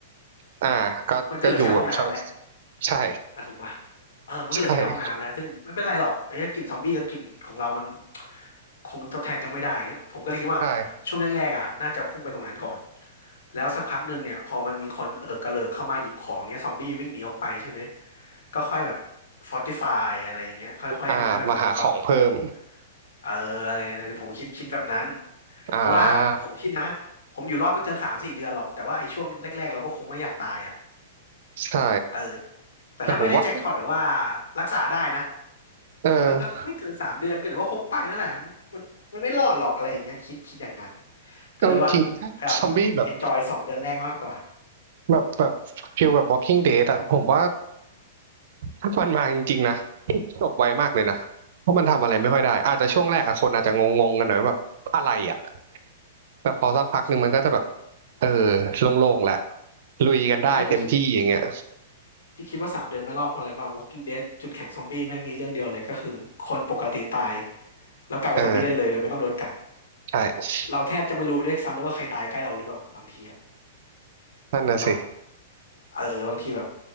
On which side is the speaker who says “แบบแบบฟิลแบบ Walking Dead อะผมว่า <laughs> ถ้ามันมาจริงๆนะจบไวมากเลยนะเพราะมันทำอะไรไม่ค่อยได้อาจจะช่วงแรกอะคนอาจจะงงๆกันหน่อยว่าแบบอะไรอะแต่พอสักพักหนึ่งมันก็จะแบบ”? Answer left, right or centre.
Right